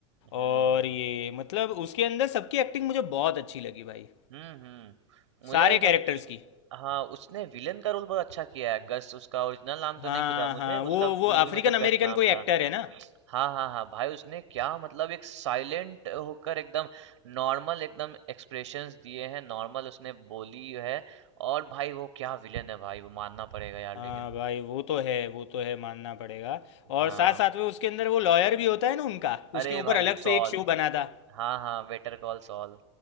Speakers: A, on the right; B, on the left.
A: हम्म,
B: और ये मतलब उसके अंदर सबकी एक्टिंग मुझे बहुत अच्छी लगी भाई
A: हुँ, हुँ। मुझे
B: सारे कैरेक्टर्स
A: सब
B: की
A: हाँ, उसने विलेन का रोल बहुत अच्छा किया है, गस उसका ओरिजिनल नाम तो
B: हाँ
A: नहीं पता मुझे,
B: हाँ वो
A: उसका
B: वो
A: मूवी
B: अफ्रीकन
A: में तो
B: अमेरिकन
A: गस नाम
B: कोई एक्टर
A: था।
B: है ना
A: हाँ, हाँ, हाँ, भाई उसने क्या मतलब एक साइलेंट होकर एकदम नॉर्मल एकदम एक्सप्रेशंस दिए हैं, नॉर्मल उसने बोली है और भाई वो क्या विलेन है भाई, वो मानना पड़ेगा यार
B: हाँ
A: लेकिन।
B: भाई वो तो है वो तो है मानना पड़ेगा और
A: हाँ।
B: साथ साथ में उसके अंदर वो लॉयर भी होता है ना उनका
A: अरे
B: उसके ऊपर
A: भाई
B: अलग
A: सॉल
B: से एक शो बना था
A: हाँ हाँ बेटर कॉल सॉल